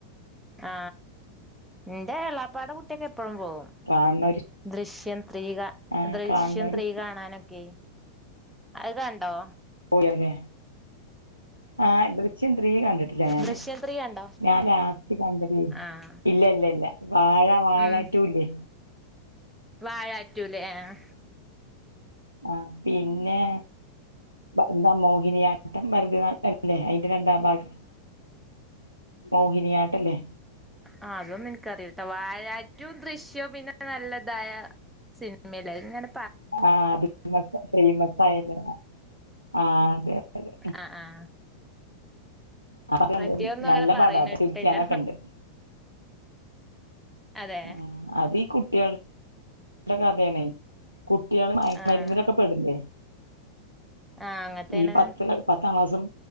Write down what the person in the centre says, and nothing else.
ആ ഇന്റെ എളാപ്പാടെ കുട്ടിയക്കെ എപ്പഴും പോകവും
ദൃശ്യം ത്രീക
ദൃശ്യം
ത്രീ കാണാനൊക്കെ അത്ക്കണ്ടോ
ദൃശ്യം ത്രീ കണ്ടോ
ആഹ്
ഉം വാഴാറ്റൂലേ ആ ആ
ആ അതൊന്നുംൻക്കറിയില്ലട്ടോ വാഴാറ്റു ദൃശ്യും പിന്നെ നല്ലതായ സിന് മ്മെ ല്ലെ അത്ങ്ങനെ
ആഹ് ആഹ്
മറ്റേതൊന്നും
അങ്ങനെ പറയണ
കേട്ടിട്ടില്ല
അതെ
ആഹ്
ആഹ് അങ്ങനത്തേണ്